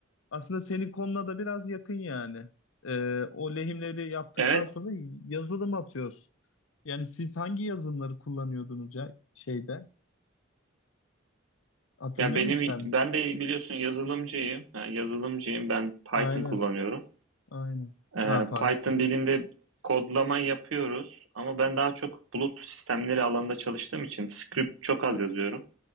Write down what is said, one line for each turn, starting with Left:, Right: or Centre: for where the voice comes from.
Left: Aslında senin konuna da biraz yakın yani. Ee, o lehimleri yaptıktan
Right: Evet.
Left: sonra yazılım atıyoruz. Yani siz hangi yazılımları kullanıyordunuz ya şeyde? Hatırlıyor
Right: Ya benim
Left: musun sen?
Right: ben de biliyorsun yazılımcıyım. Ha, yazılımcıyım. Ben Python
Left: Aynen,
Right: kullanıyorum.
Left: aynen.
Right: Ee,
Left: Ha Python.
Right: Python dilinde kodlama yapıyoruz ama ben daha çok bulut sistemleri alanında çalıştığım için script çok az yazıyorum.